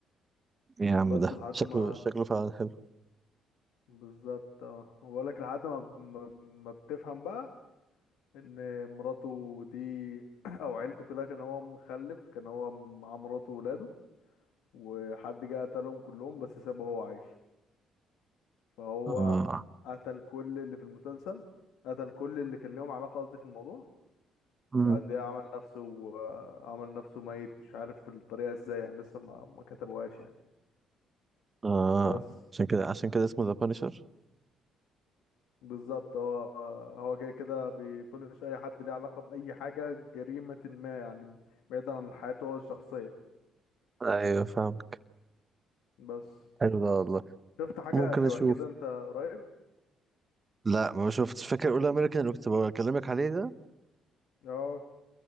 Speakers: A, on the right; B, on the left.
A: يا عم
B: بس
A: ده
B: لحد
A: شكله
B: ما
A: شكله فعلا حلو
B: بالظبط اه ما بقولك لحد ما ب- ما ما بتفهم بقى ان مراته دي <clears throat> او عيلته كلها كان هو مخلف كان هو مع مراته وولاده وحد جه قتلهم كلهم بس سابه هو عايش فهو
A: اه
B: قتل كل اللي في المسلسل قتل كل اللي كان ليهم علاقة قصدي في الموضوع
A: امم
B: بعدها عمل نفسه عمل نفسه ميت مش عارف الطريقة ازاي يعني لسه ما ما كتبوهاش يعني
A: اه
B: بس
A: عشان كده عشان كده اسمه ذا بانشر
B: بالظبط هو هو جاي كده بيبونش اي حد ليه علاقة بأي حاجة جريمة ما يعني بعيدا عن حياته هو الشخصية
A: ايوه فاهم
B: بس
A: حلو ده والله
B: شفت حاجة
A: ممكن
B: شبه
A: اشوف
B: كده انت قريب
A: لا ما شفتش فاكر اول امريكان اللي كنت بكلمك عليه ده
B: اه